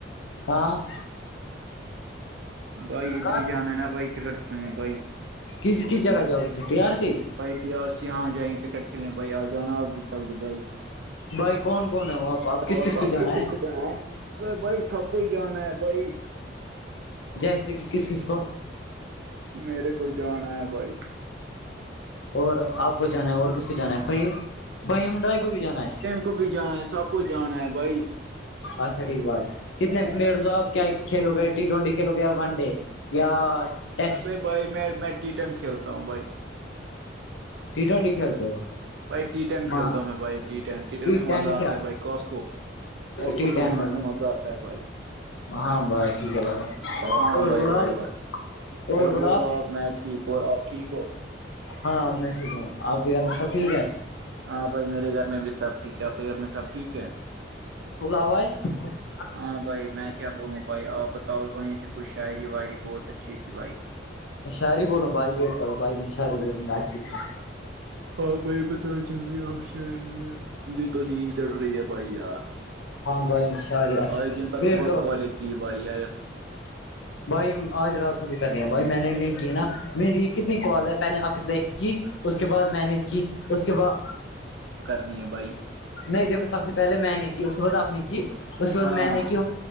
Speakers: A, on the left (about 80°); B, on the right (about 70°).
A: ہاں <unintelligible>
B: بھائی ادھر
A: کہاں
B: ہی جانا ہے نا بھائی کرکٹ کھیلنے بھائی
A: کس کس جگہ جا پی آر سی
B: بھائی ٹی آر سے یہاں جائیں کرکٹ کھیلنے بھائی آ جانا آپ بھی چل رہی بھائی
A: بھائی کون کون ہے وہ آپ
B: تو
A: کس
B: آپ
A: کو
B: آپ
A: جانا
B: ک کس
A: ہے
B: سے جانا ہے بھائی سب کوئی جانا ہے بھائی <inaudible>
A: جیسے کہ کس کس کو
B: میرے کول جان ہے بھائی <unintelligible>
A: اور آپ کو جانا ہے اور کس کو جانا ہے فہیم فہیم ڈرائی کو بھی جانا ہے
B: کبھی جانا ہے سب کچھ جانا ہے بھائی
A: اچھا ٹھیک بھائی کتنے پلیئر ہو آپ کیا کھیلو گے ٹی ٹوینٹی کھیلو گے یا ون ڈے یا ٹیسٹ
B: اب بھائی میں میں ٹیٹن کھیلتا ہوں بھائی
A: ٹی ٹوینٹی کھیلتے ہو
B: بھائی ٹی ٹین
A: ہاں
B: کھیلتا ہوں میں بھائی ٹی ٹین ٹی ین میں
A: ٹین
B: مزہ آتا
A: کیا
B: ہے بھائی کوسکو کوس
A: ٹی
B: کو ٹورنامنٹ
A: ٹین
B: میں مزہ آتا ہے بھائی
A: ہاں بائی ٹھیک ہے <unintelligible>
B: ہاں بھائی بھائی بھائی اور
A: بولا
B: بولو آپ میں ٹھیک اور آپ ٹھیک ہو
A: ہاں میں ٹھیک ہوں آپ کے گھر میں سب ٹھیک ہے
B: ہاں بھائی میرے گھر میں بھی سب ٹھیک ہے آ کے گھر میں سب ٹھیک ہے
A: <unintelligible>
B: ہاں بھائی میں کیا بولوں بھائی آپ بتاؤ وہیں سے کچھ شاعری واعری بہت اچھی سی بھائی
A: شہری بولو بائی گیٹ کرو بھائی میں شہری بولوں گا اچی سے
B: ہاں بھائی بتا چلے آپ ش بھائی تجھے تو نیند چڑھ رہی ہے بھائی یار
A: ہاں بھائی شاعری اچھا
B: آج دن پر
A: ویٹ
B: بہت
A: کرو
B: کالیں کی بھائی آیا
A: بھائی آج رات کو فکر گ بھائی میں نے نہیں کی ہے نا میری یہ کتنی کال ہے پہلے آپ کی اس کے بعد میں نے کی اس کے بعد
B: نہیں بھائی
A: نہیں دیکھو سب سے پہلے میں نے کی اس کے بعد آپ نے کی اس کے بعد
B: ہاں
A: میں نے کی